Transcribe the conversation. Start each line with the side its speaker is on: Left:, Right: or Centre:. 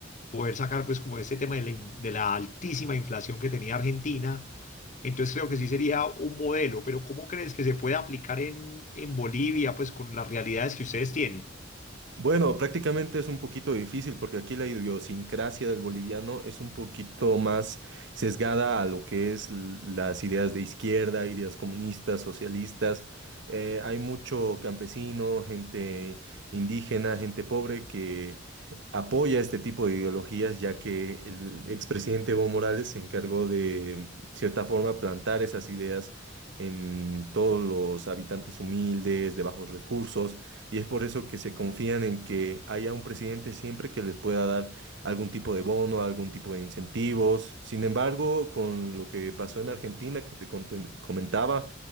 Left: poder sacar pues como este tema de la, in- de la altísima inflación que tenía Argentina. Entonces creo que sí sería un modelo, pero ¿cómo crees que se puede aplicar en, en Bolivia pues con las realidades que ustedes tienen?
Right: Bueno, prácticamente es un poquito difícil porque aquí la idiosincrasia del boliviano es un poquito más sesgada a lo que es l- las ideas de izquierda, ideas comunistas, socialistas. Eh, hay mucho campesino, gente indígena, gente pobre que apoya este tipo de ideologías, ya que el expresidente Evo Morales se encargó de cierta forma plantar esas ideas en todos los habitantes humildes, de bajos recursos y es por eso que se confían en que haya un presidente siempre que les pueda dar algún tipo de bono, algún tipo de incentivos. Sin embargo, con lo que pasó en Argentina, que te conten- comentaba,